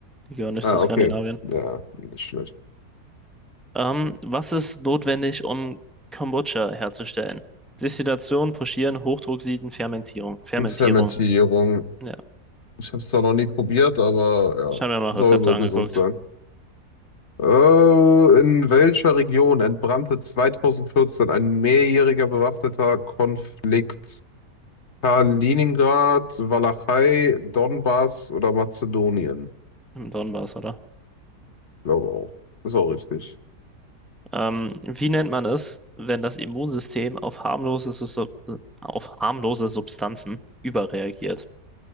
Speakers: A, in the centre; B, on the left.
A: Die gehören nicht
B: Ah,
A: zu Skandinavien.
B: okay. Ja, nicht schlecht.
A: Ähm, was ist notwendig, um Kombucha herzustellen? Destillation, Pochieren, Hochdrucksieden, Fermentierung. Fermentierung.
B: Und Fermentierung.
A: Ja,
B: Ich habe es zwar noch nie probiert, aber
A: ich habe
B: ja,
A: mir mal Rezepte
B: soll wohl
A: angeguckt.
B: gesund sein. Äh, in welcher Region entbrannte 2014 ein mehrjähriger bewaffneter Konflikt? Kaliningrad, Walachei, Donbass oder Mazedonien?
A: Im Donbass, oder?
B: Glaube auch. Ist auch richtig.
A: Ähm, wie nennt man es, wenn das Immunsystem auf harmlose, Sus- auf harmlose Substanzen überreagiert?